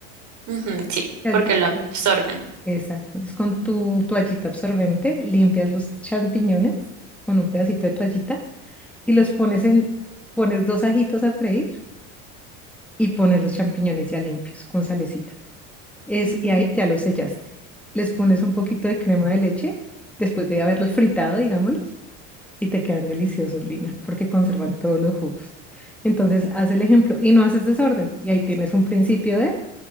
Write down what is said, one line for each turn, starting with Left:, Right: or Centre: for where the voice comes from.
Right: Ujú, sí,
Centre: ¿Has
Right: porque
Centre: visto?
Right: lo absorben.
Centre: Exacto. Entonces, con tu toallita absorbente, limpias los champiñones con un pedacito de toallita y los pones en, pones dos ajitos a freír y pones los champiñones ya limpios con salecita. Eso,
Right: Ujú.
Centre: y ahí ya los sellaste. Les pones un poquito de crema de leche después de haberlos fritado, digámoslos, y te quedan deliciosos, Lina, porque conservan todos los jugos. Entonces, haz el ejemplo y no haces desorden. Y ahí tienes un principio de